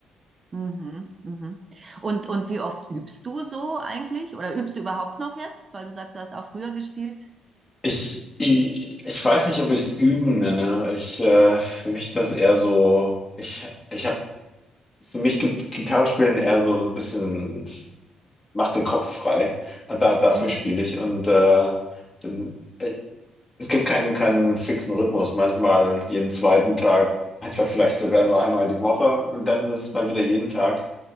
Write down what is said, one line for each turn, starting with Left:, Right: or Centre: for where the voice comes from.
Right: Mhm. Mhm. Und, und wie oft übst du so eigentlich? Oder übst du überhaupt noch jetzt? Weil du sagst, du hast auch früher gespielt.
Left: Ich, ich, ich weiß nicht, ob ich es üben nenne. Ich, äh, für mich ist das eher so, ich, ich habe, für mich gibt Gitarre spielen eher so, so ein bisschen, macht den Kopf frei. Und Da, dafür
Right: Mhm.
Left: spiele ich. Und äh, dann, äh, es gibt keinen, keinen fixen Rhythmus. Manchmal jeden zweiten Tag, manchmal vielleicht sogar nur einmal die Woche. Und dann ist mal wieder jeden Tag